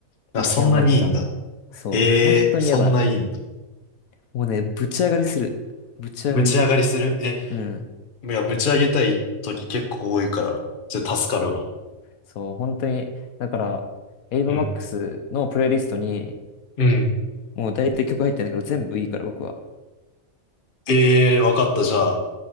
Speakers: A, on the left (about 40°); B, on the left (about 75°).
A: あ、
B: 激ハマりした。
A: そんなにいいんだ。
B: そう。
A: ええそんないいんだ。
B: 本当にやばい。もうね、ぶち上がりする。ぶち上がり。
A: ぶち上がりするえ、
B: うん。
A: いや、ぶち上げたい時結構多いから、それ助かるわ。
B: そう、本当に、だから、エイバマックスのプレイリストに、
A: うん。うん。
B: もう大体曲入ってんだけど、全部いいから僕は。
A: ええわかった。じゃあ、